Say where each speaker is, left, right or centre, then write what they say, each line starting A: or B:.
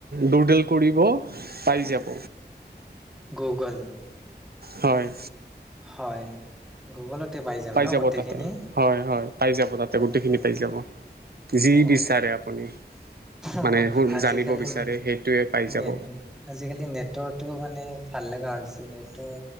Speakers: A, on the right; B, in the centre.
A: দুৰ্ডেল কৰিব পাই যাব
B: গুগল
A: হয়
B: হয় গুগলতে পাই যাম ন
A: যাব
B: গোটেইখিনি
A: তাতে হয় হয় পাই যাব তাতে
B: হয়
A: গোটেইখিনি
B: হয়
A: পাই যাব যি
B: অ
A: বিচাৰে আপুনি
B: আহ
A: মানে
B: আজিকালি
A: জানিব বিচাৰে সেইটোৱে পাই যাব
B: নে আজিকালি নেটৰটো মানে ভাল লাগা হৈছে নে টৰ